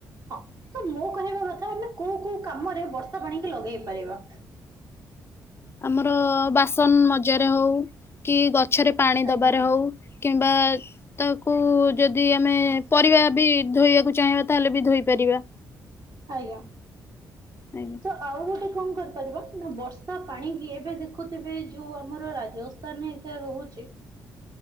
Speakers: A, on the right; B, on the left.
A: ହଁ ତ ମୋ କହିବା କଥା ଆମେ କୋଉ କୋଉ କାମରେ ବର୍ଷା ପାଣିକି ଲଗେଇ ପାରିବା?
B: ଆମର ବାସନ ମଜାରେ ହଉ। କି ଗଛରେ ପାଣି
A: ଆଜ୍ଞା
B: ଦେବାରେ ହେଉ କିମ୍ବା ତାକୁ ଯଦି ଆମେ ପରିବା ବି ଧୋଇବାକୁ ଚାହିଁବା ତାହେଲେ ବି ଧୋଇପାରିବା।
A: ଆଜ୍ଞା
B: ଆଜ୍ଞା
A: ତ ଆଉ ଗୋଟେ କଣ କରିପାରିବା ନା ବର୍ଷା ପାଣିକି ଏବେ ଦେଖୁଥିବେ ଯେଉଁ ଆମର ରାଜସ୍ଥାନ ରେ କେ ରହୁଛି।